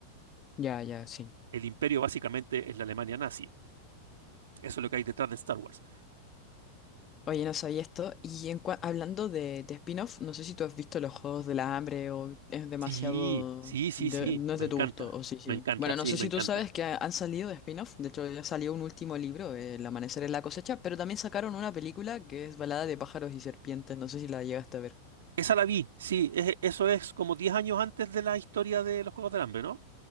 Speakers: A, on the left; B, on the right.
A: ya, ya, sí.
B: el imperio básicamente es la Alemania nazi. Eso es lo que hay detrás de Star Wars.
A: Oye, no sabía esto. Y en cua- hablando de, de spin-off, no sé si tú has visto los Juegos del Hambre o es demasiado...
B: Sí, sí, sí,
A: de-
B: sí,
A: no
B: me
A: es de
B: encanta,
A: tu gusto, o sí, sí.
B: me encanta,
A: Bueno,
B: sí,
A: no sé
B: me
A: si
B: encanta.
A: tú sabes que ha- han salido de spin-off. De hecho, ya salió un último libro, eh, El amanecer en la cosecha, pero también sacaron una película que es Balada de pájaros y serpientes. No sé si la llegaste a ver.
B: Esa la vi, sí, es- eso es como 10 años antes de la historia de los Juegos del Hambre, ¿no?